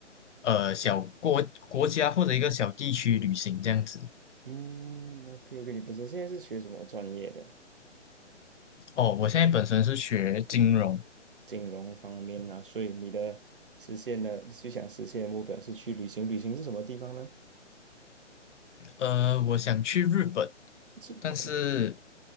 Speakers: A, on the left (about 70°); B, on the right (about 50°).
A: 呃小国国家或者一个小地区旅行这样子。
B: 嗯，OK OK，你本身现在是学什么专业的？
A: 哦，我现在本身是学金融，
B: 金融方面啊，所以你的实现的你最想实现的目标是去旅行，旅行是什么地方呢？
A: 呃，我想去日本，
B: 日本啊
A: 但是